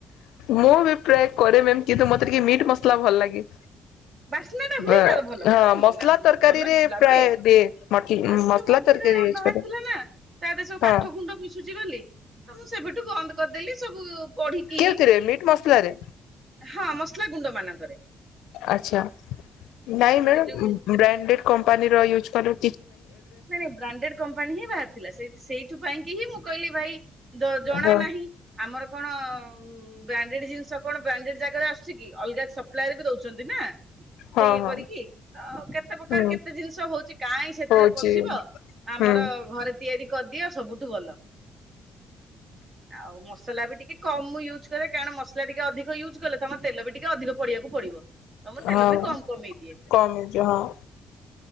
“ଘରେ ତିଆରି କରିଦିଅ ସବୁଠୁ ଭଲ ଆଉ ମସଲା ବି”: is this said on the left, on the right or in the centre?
Right